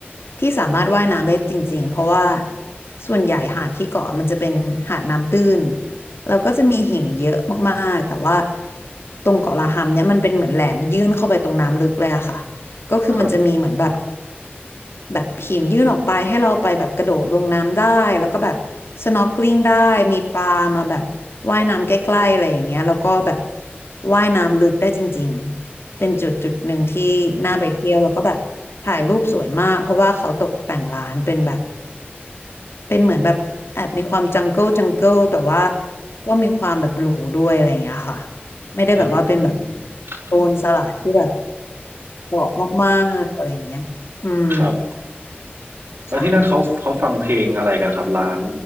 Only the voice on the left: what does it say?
ที่สามารถว่ายน้ำได้จริงๆเพราะว่าส่วนใหญ่หาดที่เกาะมันจะเป็นหาดน้ำตื้นแล้วก็จะมีหินเยอะมากๆแต่ว่าตรงเกาะลาฮัมเนี่ยมันเป็นเหมือนแหลมยื่นเข้าไปตรงน้ำลึกเลยอะค่ะก็คือมันจะมีเหมือนแบบ
แบบหินยื่นออกไปให้เราไปแบบกระโดดลงน้ำได้แล้วก็แบบ s n o r k e l i งได้มีปลามาแบบว่ายน้ำใกล้ๆอะไรอย่างเงี้ยแล้วก็แบบว่ายน้ำลึกได้จริงๆเป็นจุดจุดหนึ่งที่น่าไปเที่ยวแล้วก็แบบถ่ายรูปสวยมากเพราะว่าเขาตกแต่งร้านเป็นแบบเป็นเหมือนแบบแอบมีความจังเกิลจังเกิลแต่ว่าก็มีความแบบหรูด้วยอะไรอย่างเงี้ยค่ะไม่ได้แบบว่าเป็นแบบ
โซนสลัดที่แบบเหมาะมากๆอะไรอย่างเงี้ยอืม
ค่ะ